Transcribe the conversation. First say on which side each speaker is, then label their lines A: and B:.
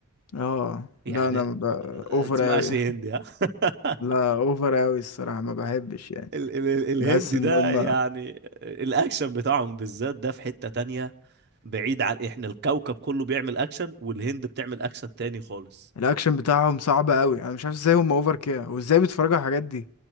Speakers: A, on the left; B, on the right.
A: اه
B: يعني
A: لا انا ب...
B: آه،
A: اوفر
B: تسمعش
A: اوي
B: هندي ها <laughs>
A: لا اوفر اوي الصراحة ما بحبش يعني
B: ال ال ال- الهندي
A: بحس ان
B: ده
A: هم
B: يعني الاكشن بتاعهم بالذات ده في حتة تانية بعيد عن احنا الكوكب كله بيعمل اكشن والهند بتعمل اكشن تاني خالص
A: الاكشن بتاعهم صعب اوي انا مش عارف ازاي هم اوفر كده وازاي بيتفرجوا على الحاجات دي